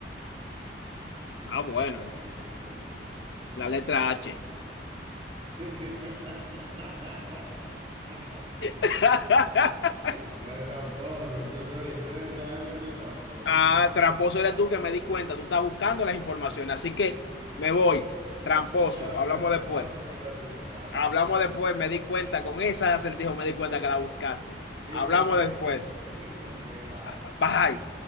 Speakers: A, on the left (about 75°); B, on the right (about 35°).
A: Ah,
B: me
A: bueno,
B: rindo, está bien, me rindo.
A: la letra H.
B: <laughs>
A: <laughs>
B: Pero es tramposo, tú, oye, tú eres realmente tramposo.
A: Ah, tramposo eres tú que me di cuenta, tú estás buscando las informaciones, así que me voy, tramposo,
B: Claro
A: hablamos
B: que no,
A: después.
B: claro que yo no lo estoy buscando.
A: Hablamos después, me di cuenta, con esa acertijo me di cuenta que la buscaste.
B: ¿Y
A: Hablamos
B: por qué?
A: después.
B: <laughs> Ok, bye.
A: Ah, Bye.